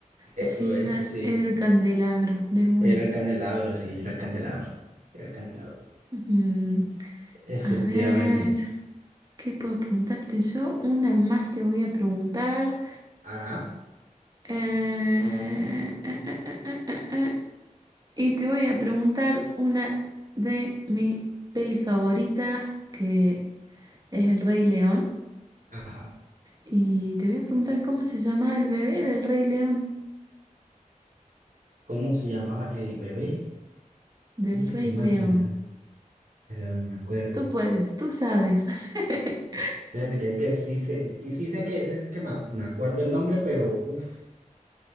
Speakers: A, on the right; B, on the right.
A: Eso,
B: Así
A: eso
B: era,
A: sí.
B: era el candelabro de una.
A: Era el candelabro, sí, era el candelabro. Era el candelabro.
B: Mm,
A: Efectivamente.
B: a ver, ¿qué puedo preguntarte yo? Una más te voy a preguntar.
A: Ajá.
B: eh, eh, eh, eh, eh, eh, eh, eh. y te voy a preguntar una de mi peli favorita, que es El Rey León.
A: Ajá.
B: Y te voy a preguntar cómo se llama el bebé del Rey León.
A: ¿Cómo se llamaba el bebé
B: del
A: y
B: Rey
A: su máquina?
B: León.
A: Pero me acuerdo.
B: Tú puedes, tú sabes. <laughs>
A: Fíjate que, que sí sé, y sí sé que, sí sé que me, ac- me acuerdo el nombre, pero uff.